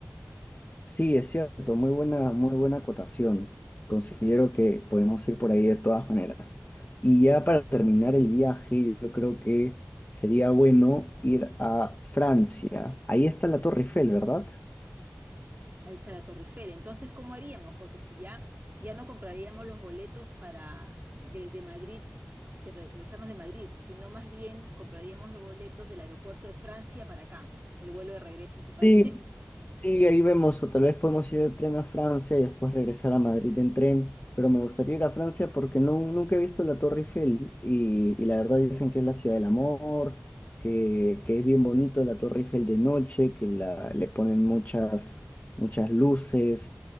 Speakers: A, on the left; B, on the right.
A: Sí, es cierto, muy buena, muy buena acotación. Considero que podemos ir por ahí de todas maneras. Y ya para terminar el viaje, yo creo que sería bueno ir a Francia. Ahí está la Torre Eiffel, ¿verdad?
B: Ahí está la Torre Eiffel. Entonces, ¿cómo haríamos? Porque si ya, ya no compraríamos los boletos para de, de Madrid, de re- regresarnos de Madrid, sino más bien compraríamos los boletos del aeropuerto de Francia para acá, el vuelo de regreso, ¿te parece?
A: Sí, sí, ahí vemos, o tal vez podemos ir de tren a Francia y después regresar a Madrid en tren, pero me gustaría ir a Francia porque no, nunca he visto la Torre Eiffel y, y la verdad dicen que es la ciudad del amor, que, que es bien bonito la Torre Eiffel de noche, que la, le ponen muchas, muchas luces